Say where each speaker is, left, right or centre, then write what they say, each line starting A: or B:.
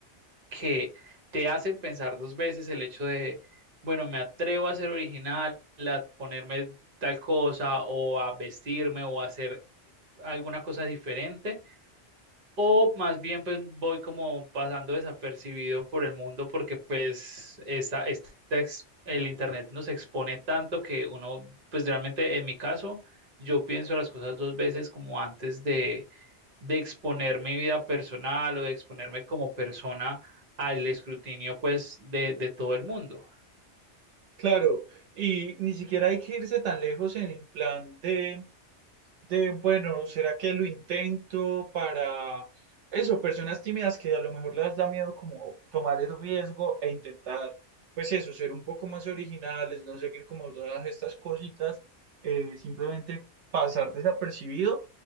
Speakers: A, on the right; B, on the right.
A: que te hacen pensar dos veces el hecho de, bueno, me atrevo a ser original, a ponerme tal cosa o a vestirme o a hacer alguna cosa diferente o más bien pues voy como pasando desapercibido por el mundo porque pues esta, esta ex- el internet nos expone tanto que uno pues realmente en mi caso yo pienso las cosas dos veces como antes de de exponer mi vida personal o de exponerme como persona al escrutinio, pues, de, de todo el mundo.
B: Claro, y ni siquiera hay que irse tan lejos en plan de De, bueno, ¿será que lo intento para eso? Personas tímidas que a lo mejor les da miedo como tomar el riesgo e intentar, pues eso, ser un poco más originales, no seguir como todas estas cositas, eh, simplemente pasar desapercibido.